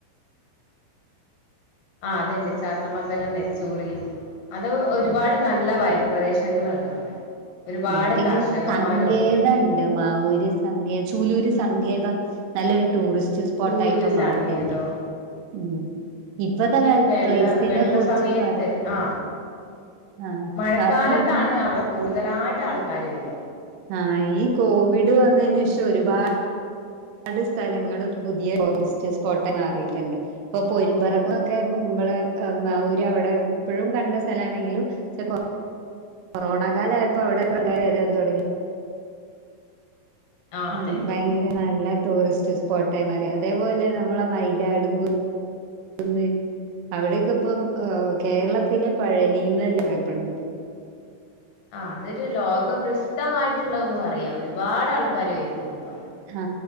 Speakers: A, on the left; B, on the right.
A: ആഹ് അത്ണ്ട് ചാത്തമംഗലം നെച്ചുളി അത് ഒരുപാട്
B: ഉം.
A: നല്ല വയൽ പ്രദേശങ്ങളുണ്ട് അവിടെ ഒരുപാട്
B: ഉം പിന്നെ
A: കർഷകന്മാരും
B: സങ്കേതണ്ട്
A: ഉണ്ട്
B: മാവൂര് സങ്ക ചൂലൂര് സങ്കേതം നല്ലൊരു ടൂറിസ്റ്റ് സ്പോട്ടായിപ്പ
A: ചൂലൂര്
B: മാറൊണ്ടിരിക്കേ
A: സങ്കേതം
B: ഉം ഇപ്പത്തെ
A: അത്
B: കാലത്ത്
A: ഈ വെള്ള
B: പ്ലേസിനെ
A: വെള്ള
B: കുറച്ച്
A: സമയത്ത്
B: പറയും
A: ആ
B: ആഹ്
A: മഴക്കാലത്താണ്
B: പ ഈ
A: അവിടെ കൂടുതലായിട്ട് ആൾക്കാര് വരിക
B: ആഹ് ഈ കോവിഡ് വന്നതിന് ശേഷം ഒരുപാട് ഒരുപാട് സ്ഥലങ്ങൾ പുതിയ ടുറിസ്റ്റ് സ്പോട്ട ആയിട്ട് മാറിയിട്ടുണ്ട് ഇപ്പൊ പൊയിൻപറക്കുന്നൊക്കെ മ്മള് മാവോര് അവിടെ എപ്പോഴും കണ്ട സ്ഥല ആണെങ്കിലും ശ കോ കൊറോണ കാലായയപ്പോ അവിടെ ആൾക്കാര് വരാൻ തുടങ്ങി
A: ആ
B: ഉം
A: അതുണ്ട്
B: ഭയങ്കര നല്ല ടൂറിസ്റ്റ് സ്പോട്ടായി മാറി അതേപോലെ നമ്മളെ മയിലാടും <unintelligible> അവിടേക്കെ ഇപ്പം കേരളത്തിലെ പഴനി എന്നല്ല അറിയപ്പെണത്.
A: ആ അതൊരു ലോക പ്ര്രസിദ്ധമായിട്ടുള്ളന്ന് പറയാ ഒരുപാട് ആൾക്കാാര് വരുന്നുണ്ട് ഇപ്പ അവിടെ
B: ആഹ്